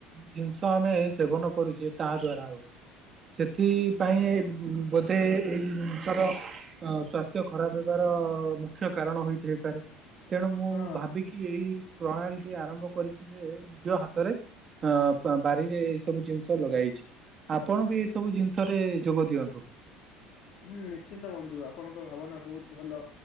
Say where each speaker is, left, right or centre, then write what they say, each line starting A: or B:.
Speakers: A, on the right (about 40°); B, on the left (about 60°).
A: ଜିନିଷ ଆମେ ସେବନ କରୁଛି ତା ଦ୍ଵାରା ହବ ସେଥିପାଇଁ ଉଁ ବୋ ତେ ଏଇ ଏଇ ଜିନିଷର ଅ ସ୍ଵାସ୍ଥ୍ୟ ଖରାପ ହେବାର ମୁଖ୍ୟ କାରଣ ହୋଇଥାଇପାରେ। ତେଣୁ ମୁଁ
B: ହଁ
A: ଭାବିକି ଏଇ ପ୍ରଣାଳ ଟି ଆରମ୍ଭ କରିଛି ଯେ ନିଜ ହାତରେ ଅଁ ବା-ବାରିରେ ଏଇ ସବୁ ଜିନିଷ ଲଗାହେଇଛି। ଆପଣ ବି ଏଇ ସବୁ ଜିନିଷରେ ଯୋଗ ଦିଅନ୍ତୁ।
B: ହୁଁ ନିଶ୍ଚିନ୍ତ ବନ୍ଧୁ ଆପଣଙ୍କ ଭାବନା ବହୁତ ଭଲ